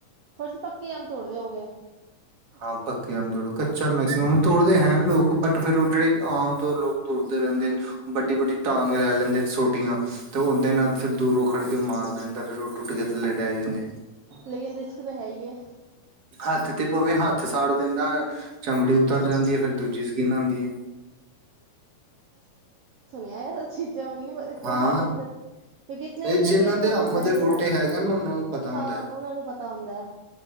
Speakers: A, on the right; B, on the right.
A: ਫਰਜ਼ ਪੱਕੇ ਆਮ ਤੋੜ ਦਿਓਗੇ।
B: ਹਾਂ ਪੱਕੇ ਆਮ ਤੋੜੋ ਕੱਚਾ ਮੈਕਸੀਮਮ ਤੋੜਦੇ ਹੈ ਲੋਕ ਬਟ ਫਿਰ ਉਹ ਜਿਹੜੇ ਆਮ ਤੌਰ ਲੋਕ ਤੋਰਦੇ ਰਹਿੰਦੇ ਨੇ ਵੱਡੀ ਵੱਡੀ ਟਾਂਗ ਲੈ ਲੈਂਦੇ ਨੇ ਸੋਟੀਆਂ ਤੇ ਉਹਦੇ ਨਾਲ ਫਿਰ ਦੂਰੋਂ ਖੜਕੇ ਮਾਰਦੇ ਨੇ ਤੇ ਫਿਰ ਉਹ ਟੁਟ ਕੇ ਲੜ ਦੇ ਜਾਨੇ ਐ,
A: ਲੇਕਿਨ ਰਿਸਕ ਤਾਂ ਹੈ ਹੀ ਹੈ
B: ਹੱਥ ਤੇ ਪਵੇ, ਹੱਥ ਸਾ ਫਾੜ ਦਿੰਦਾ ਐ, ਚਮੜੀ ਉਤਰ ਜਾਂਦੀ ਐ, ਫਿਰ ਦੂਜੀ ਸਕੀਨ ਆਉਂਦੀ ਹੈ।
A: ਐ ਔਛੀ ਨਹੀ ਐ। ਜਮਨ ਨੀ ਇਤਨਾ
B: ਹਾਂ
A: ਸਾਡੇ ਇੱਧਰ ਕਿਉਂਕਿ ਇਨ ਇੱਧਰ
B: ਇਹ ਜਿਨ੍ਹਾਂ
A: ਪੇੜ
B: ਦੇ
A: ਪੌਦੇ
B: ਅੰਬ
A: ਹੈ
B: ਦੇ
A: ਨੀ
B: ਬੂਟੇ
A: ਨਾ,
B: ਹੈਗੇ ਨਾ ਉਹਨਾਂ ਨੂੰ ਪਤਾ ਹੁੰਦਾ
A: ਹਾਂ
B: ਹੈ
A: ਉਹਨਾ ਨੂੰ ਪਤਾ ਹੁੰਦਾ